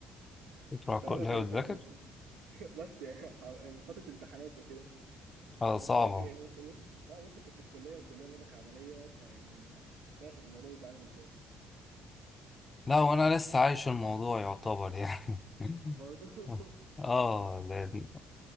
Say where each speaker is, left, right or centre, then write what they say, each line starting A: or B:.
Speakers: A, on the left (about 30°); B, on the right (about 85°).
A: بتروح
B: يعني أنت
A: كلها
B: وضعك يعني
A: وتذاكر
B: أنت أنت- <laughs> بس يعني ح- يعني فترة امتحانات وكده
A: آه صعبة
B: أنت وضعك يعني أنت وأنت آه، وأنت كنت في كلية وكلية وضعك عملية فيعني فاهم الموضوع بيبقى عامل إزاي
A: لا وانا لسه عايش الموضوع يعتبر يعني <laughs>
B: برضه <laughs>
A: اه لأن